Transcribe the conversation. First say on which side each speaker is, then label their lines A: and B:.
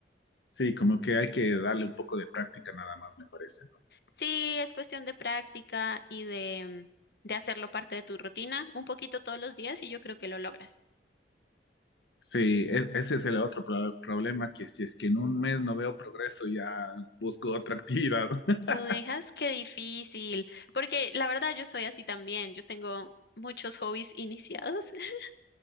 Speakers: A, on the left; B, on the left.
A: Sí, como que hay que darle un poco de práctica nada más, me parece, ¿no?
B: Sí, es cuestión de práctica y de, de hacerlo parte de tu rutina un poquito todos los días y yo creo que lo logras.
A: Sí, es- ese es el otro pro- problema, que si es que en un mes no veo progreso, ya busco otra actividad. <laughs>
B: Lo dejas, qué difícil, porque la verdad yo soy así también, yo tengo muchos hobbies iniciados <laughs>